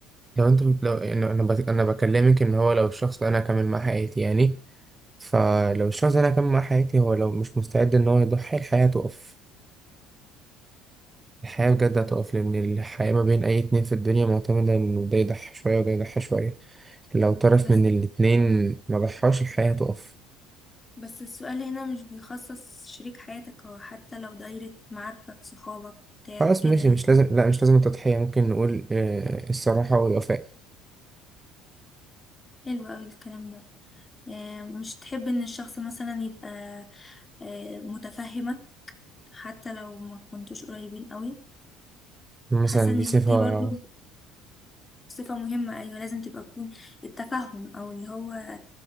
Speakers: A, on the right (about 15°); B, on the left (about 20°).
A: لو أنت بت- لو يعني أنا بت- أنا بكلمك إن هو لو الشخص ده أنا هكمل معاه حياتي يعني فلو الشخص ده أنا هكمل معاه حياتي هو لو مش مستعد إن هو يضحي الحياة تقف الحياة بجد
B: مم.
A: هتقف لأن الحياة ما بين أي اتنين في الدنيا معتمدة إن ده يضحي شوية وده يضحي شوية لو طرف
B: بس
A: من الاتنين ما ضحاش الحياة هتقف
B: بس السؤال هنا مش بيخصص شريك حياتك او حتى لو دايرة معارفك صحابك بتاع
A: خلاص
B: كده
A: ماشي
B: يعني
A: مش لازم لا مش لازم التضحية ممكن نقول آه، الصراحة والوفاء
B: حلو اوي الكلام ده آه، مش تحب ان الشخص مثلا يبقى آه، متفهمك حتى لو ما كنتوش قريبين قوي
A: مثلا
B: حاسه ان
A: دي صفة
B: دي برضو صفه مهمه ايوه لازم تبقى تكون التفهم او اللي هو